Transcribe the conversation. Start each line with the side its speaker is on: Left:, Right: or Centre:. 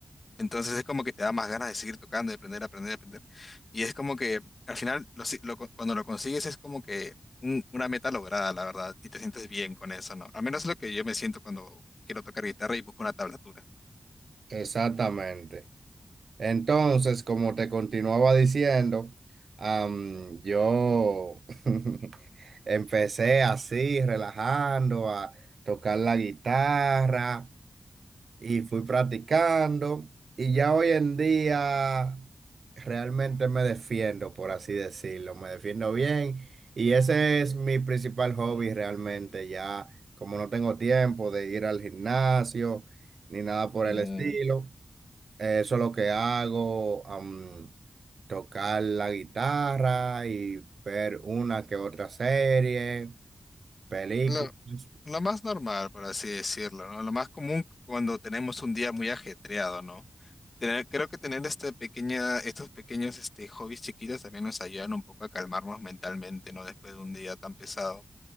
Left: Entonces es como que te da más ganas de seguir tocando, de aprender, aprender, aprender. Y es como que al final, lo si- lo co- cuando lo consigues es como que un- una meta lograda, la verdad, y te sientes bien con eso, ¿no? Al menos es lo que yo me siento cuando quiero tocar guitarra y busco una tablatura.
Right: Exactamente. Entonces, como te continuaba diciendo, am, yo <laughs> empecé así, relajando, a tocar la guitarra y fui practicando. Y ya hoy en día realmente me defiendo, por así decirlo, me defiendo bien. Y ese es mi principal hobby realmente, ya como no tengo tiempo de ir al gimnasio ni nada por
Left: Mm.
Right: el estilo. Eso es lo que hago, am, tocar la guitarra y ver una que otra serie, películas.
Left: Lo, lo más normal, por así decirlo, ¿no? Lo más común cuando tenemos un día muy ajetreado, ¿no? Tener- creo que tener esta pequeña, estos pequeños este, hobbies chiquitos también nos ayudan un poco a calmarnos mentalmente, ¿no? Después de un día tan pesado.